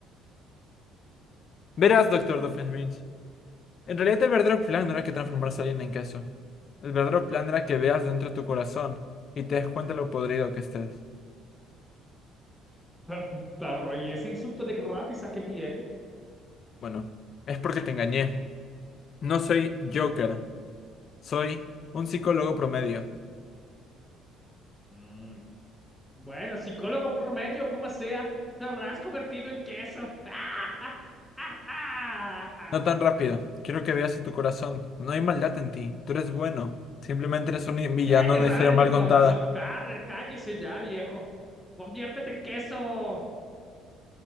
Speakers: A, on the left; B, in the centre.
A: Verás, doctor Doofenshmirtz. En realidad el verdadero plan no era que transformarse a alguien en queso. El verdadero plan era que veas dentro de tu corazón y te des cuenta lo podrido que estés.
B: Pa- Pero, y ese insulto de gratis, ¿a qué viene?
A: Bueno, es porque te engañé. No soy Joker. Soy un psicólogo promedio.
B: Mm, bueno, psicólogo promedio, como sea, serás convertido en queso. <laughs> ¡Ah! ¡Ah! ¡Ah! ¡Ah! ¡Ah!
A: No tan rápido. Quiero que veas a tu corazón. No hay maldad en ti. Tú eres bueno. Simplemente eres un villano,
B: ¡Qué mirada
A: de una historia
B: en
A: mal
B: tu corazón!
A: contada.
B: Carre, cállese ya, viejo. Conviértete en queso.